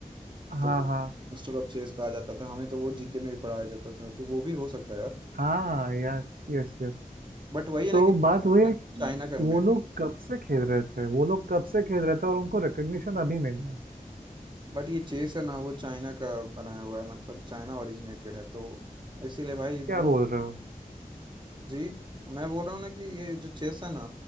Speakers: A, on the right; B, on the right.
A: हाँ
B: तो वो
A: हाँ
B: मास्टर ऑफ चेस कहा जाता था हमें तो वो जीके में भी पढ़ाया जाता था तो वो भी हो सकता है यार
A: हाँ Yes yes yes
B: बट वही है
A: तो
B: ना कि
A: बात वही है कि
B: चाइना का मेड
A: वो लोग कब से खेल रहे थे वो लोग कब से खेल रहे थे और उनको रिकग्निशन अभी मिला है
B: बट ये चेस है ना वो चाइना का बनाया हुआ है मतलब चाइना ओरिजिनेटेड है तो इसीलिए भाई
A: क्या
B: वो
A: बोल रहे हो
B: जी मैं बोल रहा हूँ ना कि ये जो चेस है ना